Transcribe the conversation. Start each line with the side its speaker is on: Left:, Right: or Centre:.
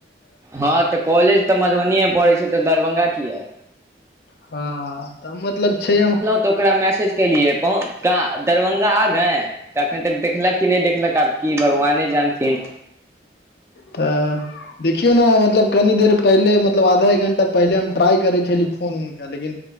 Right: हँ तऽ कॉलेज तऽ मधुबनिएमे पड़ैत छै तऽ दरभंगा कीया
Left: हँ तऽ मतलब छै
Right: त ओकरा मैसेज केलियै पहु दरभंगा आ गए तऽ एखन तक देखलक कि नहि देखलक आब कि भगवाने जानथिन
Left: तऽ देखियौ ने मतलब कनी देर पहिले मत मतलब आधा एक घंटा पहिले हम ट्राई करे छली फोन उन के लेकिन